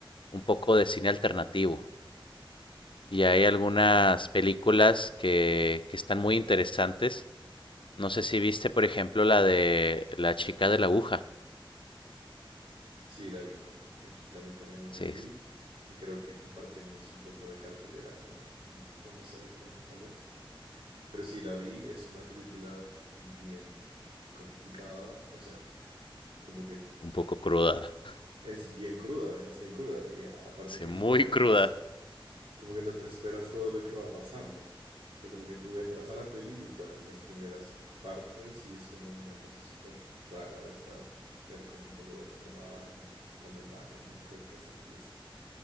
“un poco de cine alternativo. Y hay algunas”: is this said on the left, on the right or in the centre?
Left